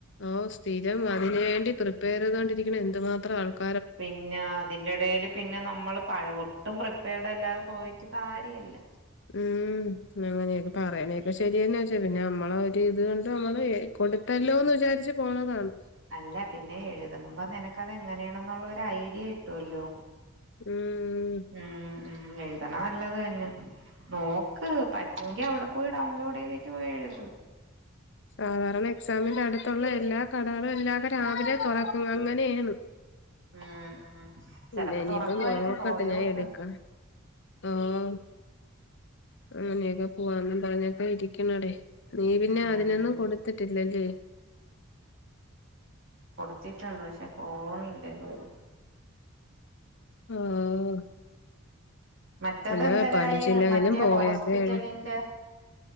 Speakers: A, on the left; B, on the right.
A: ഓഹ് സ്ഥിരം അതിന് വേണ്ടി പ്രിപ്പയറ് ചെയ്തൊണ്ടിരിക്കുന്ന എന്ത് മാത്രം ആൾക്ക
B: പിന്നെ അതിന്റെടേല് പിന്നെ നമ്മള് പഴ ഒട്ടും പ്രിപ്പേർഡല്ലാതെപ്പോയി. രു കാര്യല്ല
A: ഉം അങ്ങനെയൊ പറയണൊക്കെ ശരിതന്നെച്ചാ പിന്നെ നമ്മളൊരിത് കൊണ്ട് നമ്മള് കൊടുത്തല്ലോന്ന് വിചാരിച്ച് പോണതാണ്.
B: അല്ല പിന്നെ എഴുതുമ്പ നിന ക്കതെങ്ങനെയാണെന്നൊള്ള ഒരഡിയ കിട്ടുവല്ലോ.
A: ഉം
B: ഉം ഉം ഏ യെന്ന നല്ലത് ന്നെ നോക്ക് പറ്റുങ്കിൽ അവടെപ്പോയി ഡൗൺലോഡ് ചെയ്തിറ്റ് പോയെഴുത്.
A: സാധാരണ എക്സാമിന്റെടുത്തൊള്ളയെല്ലാ കടകളെല്ലാട രാവിലെ തെടക്കും അങ്ങനെയാണ്.
B: ഉം ഉം
A: പിന്നെയിനിയിപ്പ
B: ചെലപ്പോ തുറക്കുവായിരിക്കും
A: നോക്കട്ട്
B: പോയോക്ക്
A: ഞാനെടുക്ക. ആഹ് അങ്ങനെയെക്കെ പോയെന്ന് പറഞ്ഞെക്കെയിരിക്കണടേ നീ പിന്നെ
B: ഉം
A: അതിനൊന്നും
B: ഉം
A: കൊടുത്തിട്ടില്ലല്ലേ?
B: ത്തിടൊണ്ട് പക്ഷേ പോന്നില്ലിതുവരെ.
A: ആഹ്
B: മറ്റത്
A: അല്ല
B: എന്തരായി
A: പഠിച്ചില്ലെങ്കിലും
B: മറ്റേ
A: പോയൊക്കെ
B: ഹോസ്പിറ്റലിന്റെ?